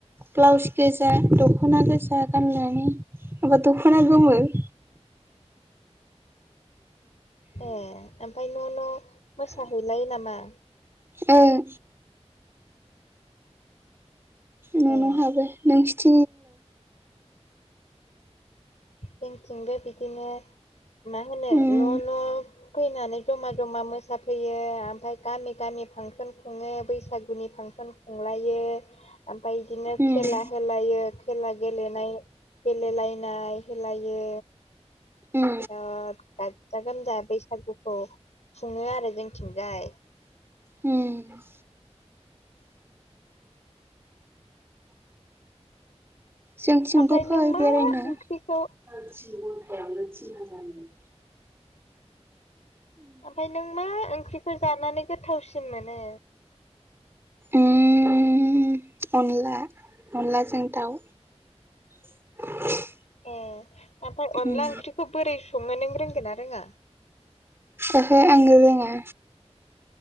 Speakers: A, on the right; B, on the left.
A: ब्लाउस गोजा दखना गोजा गाननानै माबा दखना गोमोन।
B: ए ओमफाय न' न‌' मोसाहैलायो नामा?
A: ओं। न‌'न'हाबो
B: ए
A: नोंसिथिं
B: जोंथिंबो बिदिनो मा होनो
A: उम
B: न' न' फैनानै जमा जमा मोसाफैयो आमफाय गामि गामि फांसन खुङो। बैसागुनि फांसन खुंलायो आमफाय बिदिनो
A: उम
B: खेला होलायो। खेला गेलेनाय गेलेलायनाय होलायो।
A: उम
B: बिराद गाजा गोमजा बै सागुखौ खुङो आरो जोंथिंजाय।
A: उम जोंथिंबो
B: ओमफ्राय
A: फै
B: नों मा
A: बेरायनो
B: ओंख्रिखौ
A: सारि तिन घन्टायाव नो तिन हाजार नो
B: ओमफाय नों मा ओंख्रिखौ जानानै गोथावसिन मोनो?
A: उम अनला अनलाजों दाउ <inaudible>
B: ए ओमफाय अनला
A: उम
B: ओंख्रिखौ बोरै संङो नों रोंगोन ना रोङा?
A: ओहो आं रोंङा